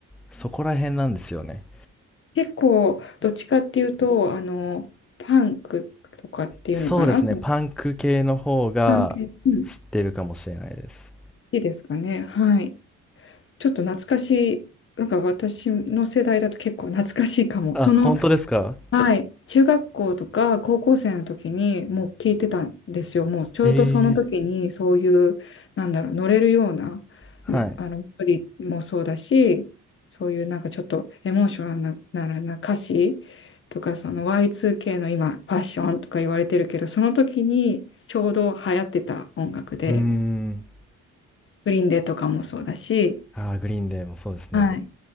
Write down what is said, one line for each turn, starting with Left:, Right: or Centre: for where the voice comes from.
Centre: そこら辺なんですよね。
Left: 結構、どっちかっていうと、あの、パンクとかっていうのかな、
Centre: そうですね、
Left: その
Centre: パンク系の方が知ってるかもしれないです。
Left: パン系、うん、好きですかね。はい。ちょっと懐かしい、なんか私の世代だと結構懐かしいかも。
Centre: あ、
Left: その
Centre: 本当ですか
Left: はい、中学校とか高校生の時にもう聞いてたんですよ。もうちょうどその時にそういう、
Centre: ええ
Left: なんだろう、乗れるような、
Centre: はい。
Left: むあの、メロディーもそうだし、そういうなんかちょっとエモーショナルな、な歌詞とか、その Y2K の今、ファッションとか言われてるけど、その時にちょうど流行ってた音楽で、
Centre: うーん。
Left: グリーンデーとかもそうだし、
Centre: ああ、グリーンデーもそうですね。
Left: はい